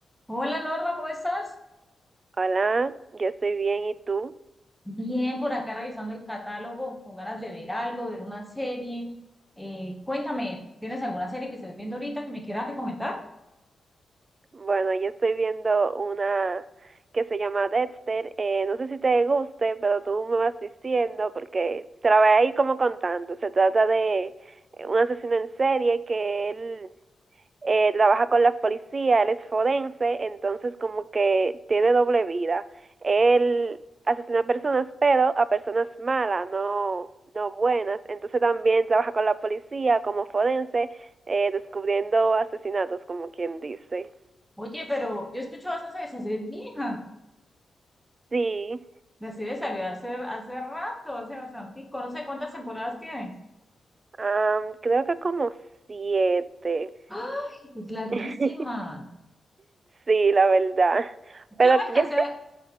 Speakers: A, in the centre; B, on the right (about 50°).
A: Hola Norma, ¿cómo estás?
B: Hola, yo estoy bien, ¿y tú?
A: Bien, por acá revisando el catálogo, con ganas de ver algo, ver una serie. Eh, cuéntame, ¿tienes alguna serie que estés viendo ahorita que me quieras recomendar?
B: Bueno, yo estoy viendo una que se llama Dexter. Eh, no sé si te guste, pero tú me vas diciendo porque te la voy a ir como contando. Se trata de eh, un asesino en serie que él eh, trabaja con la policía, él es forense, entonces como que tiene doble vida. Él asesina a personas, pero a personas malas, no, no buenas. Entonces también trabaja con la policía como forense, eh, descubriendo asesinatos, como quien dice.
A: Oye, pero yo escucho escuchado esa serie, esa serie es vieja.
B: Sí,
A: La serie salió hace, hace rato, hace bastante, no sé cuántas temporadas tienes.
B: am, creo que como siete.
A: ¡Ay! Es larguísima.
B: <laughs> Sí, la verdad.
A: Yo
B: Pero
A: me alcancé
B: yo creo,
A: a,